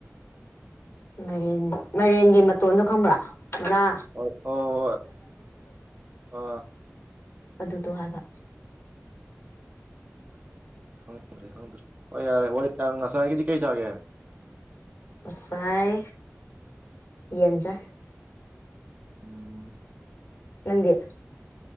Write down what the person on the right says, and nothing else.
ꯍ ꯑꯣ ꯍꯣꯏ ꯑ
ꯈꯪꯗ꯭ꯔꯦ ꯈꯪꯗ꯭ꯔꯦ ꯍꯣꯏ ꯌꯥꯔꯦ ꯍꯣꯏ ꯉꯁꯥꯏꯒꯤꯗꯤ ꯀꯩ ꯆꯥꯒꯦ
ꯎꯝ